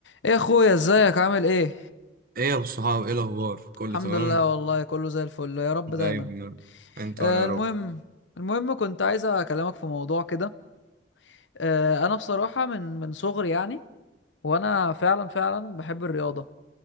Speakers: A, on the left (about 85°); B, on the right (about 50°).
A: ايه يا اخويا ازيك عامل ايه
B: ايه يا ابو الصحاب ايه الاخبار كله
A: الحمد
B: تمام
A: لله والله كله زي الفل يا رب
B: دايما
A: دايما
B: يا رب. انت
A: آه
B: وانا يا
A: المهم
B: رب
A: المهم كنت عايز اكلمك في موضوع كده آه انا بصراحة من من صغري يعني وانا فعلا فعلا بحب الرياضة